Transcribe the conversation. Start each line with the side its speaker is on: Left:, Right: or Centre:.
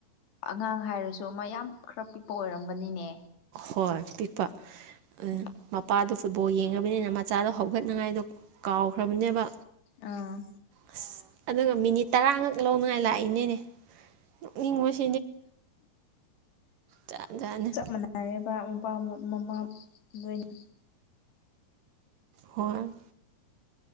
Left: ꯑꯉꯥꯡ ꯍꯥꯏꯔꯁꯨ ꯃꯌꯥꯝ ꯈꯔ ꯄꯤꯛꯄ ꯑꯣꯏꯔꯝꯒꯅꯤꯅꯦ
Right: ꯍꯣꯏ ꯄꯤꯛꯄ ꯑꯗꯨ
Left: ꯎꯝ
Right: ꯃꯄꯥꯗꯨꯁꯨ ꯕꫭꯜ ꯌꯦꯡꯉꯕꯅꯤꯅ ꯃꯆꯥꯗꯣ ꯍꯧꯒꯠꯅꯉꯥꯏꯗꯣ ꯀꯥꯎꯈ꯭ꯔꯕꯅꯦꯕ
Left: ꯑꯥ
Right: ꯑꯁ ꯑꯗꯨꯒ ꯃꯤꯅꯤꯠ ꯇꯔꯥꯉꯛ ꯂꯧꯅꯉꯥꯏ ꯂꯥꯛꯏꯅꯦꯅꯦ ꯅꯣꯛꯅꯤꯡꯕꯁ ꯖꯥꯠ ꯖꯥꯠꯅꯤ
Left: ꯆꯞ ꯃꯥꯟꯅꯔꯦꯕ ꯑꯄꯥꯝꯕ ꯃꯃꯥ ꯂꯣꯏꯅ
Right: ꯍꫭꯏ